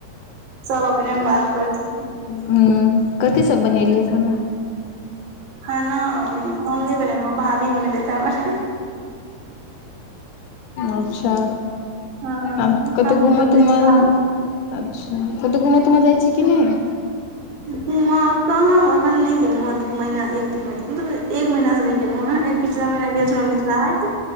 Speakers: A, on the right (about 80°); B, on the left (about 75°).
A: सब अपने बात करै छथिन।
B: ह, कथी सब बनेलियै खाना।
A: खाना हम नहि बनेेलहुं हं भाभी बनेलैथ हैं हमर
B: अच्छा
A: हँ
B: आ कत‌ऊ
A: हम नहि
B: घूमऽ
A: बनबै
B: तूमऽ
A: छी भाभी
B: अच्छा कत‌ऊ घूमऽ तूमऽ जाइ छी कि नहि।
A: घुमऽ कहाँ अखन नहि गेलहुँ हेँ, दू महीना एक दू महीना एक महीना स नहि गेलहुँ हैं। एहेन पिछला महिना गेल छलौ मिथिला हाट।